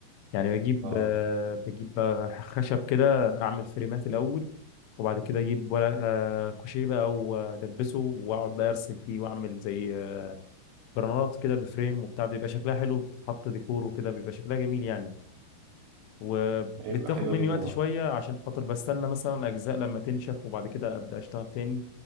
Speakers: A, on the left (about 80°); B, on the right (about 80°).
A: يعني بجيب
B: اه
A: آه، بجيب بقى خشب كده اعمل فريمات الاول وبعد كده اجيب ورق آه، كوشيه بقى والبسه واقعد بقى ارسم فيه واعمل زي آه، بنرات كده بفريم وبتاع بيبقى شكلها حلو بتتحط ديكور وكده بيبقى شكلها جميل يعني وبتاخد
B: ايوه حلوه
A: مني
B: جدا
A: وقت
B: اه
A: شوية عشان خاطر بستنى مثلا أجزاء لما تنشف وبعد كده أبدأ أشتغل تاني